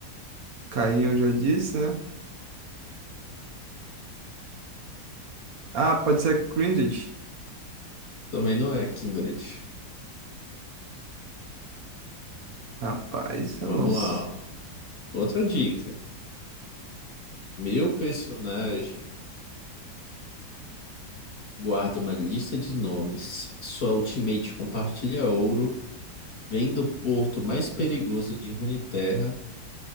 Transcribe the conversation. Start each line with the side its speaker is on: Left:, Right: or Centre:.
Right: Caim eu já disse, né? Ah, pode ser Grinded.
Left: Também não é a Kindred.
Right: Rapaz, eu
Left: Vamos
Right: não. s-
Left: lá, ó. Outra dica. Meu personagem guarda uma lista de nomes. Sua ultimate compartilha ouro. Vem do porto mais perigoso de Runeterra.